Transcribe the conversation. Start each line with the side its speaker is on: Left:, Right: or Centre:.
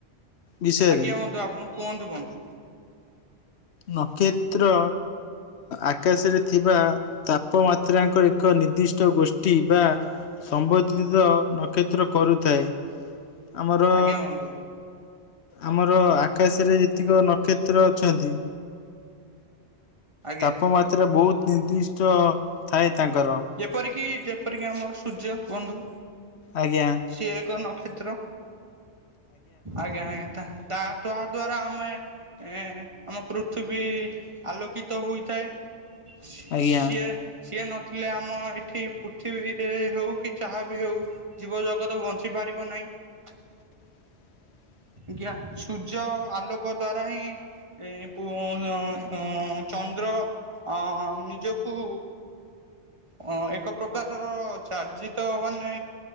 Left: ବିଷୟରେ
Right: ଆଜ୍ଞା ବନ୍ଧୁ ଆପଣ କୁହନ୍ତୁ ବନ୍ଧୁ?
Left: ନକ୍ଷତ୍ର ଆକାଶରେ ଥିବା ତାପମାତ୍ରାଙ୍କ ଏକ ନିର୍ଦ୍ଦିଷ୍ଟ ଗୋଷ୍ଠୀ ବା ସମ୍ବନ୍ଧିତ ନକ୍ଷତ୍ର କରୁଥାଏ ଆମର
Right: ଆଜ୍ଞା ବନ୍ଧୁ
Left: ଆମର ଆକାଶରେ ଯେତିକ ନକ୍ଷତ୍ର ଅଛନ୍ତି।
Right: ଆଜ୍ଞା।
Left: ତାପମାତ୍ରା ବହୁତ ନିର୍ଦ୍ଦିଷ୍ଟ ଥାଏ ତାଙ୍କର।
Right: ଯେପରିକି ଯେପରିକି ଆମର ସୂର୍ଯ୍ୟ ବନ୍ଧୁ।
Left: ଆଜ୍ଞା।
Right: ସିଏ ଏକ ନକ୍ଷତ୍ର ଆଜ୍ଞା ଆଜ୍ଞା। ତା ତା ଦ୍ଵାରା ଆମେ ହୁଁ ଆମ ପୃଥିବୀ ଆଲୋକିତ ହୋଇଥାଏ। ସିଏ
Left: ଆଜ୍ଞା
Right: ସିଏ ନ ଥିଲେ ଆମ ଏଠି ପୃଥିବୀରେ ହଉ କି ଚାହା ବି ହଉ। ଜୀବ ଜଗତ ବଞ୍ଚି ପାରିବ ନାହିଁ।
Left: <inaudible>
Right: ଜ୍ଞା ସୂର୍ଯ୍ୟ ଆଲୋକ ଦ୍ଵାରା ହିଁ ଏ ପ ଅ ଚନ୍ଦ୍ର ଅଁ ନିଜକୁ ହଁ ଏକ ପ୍ରକାରର ଚାର୍ଜିତ ମାନେ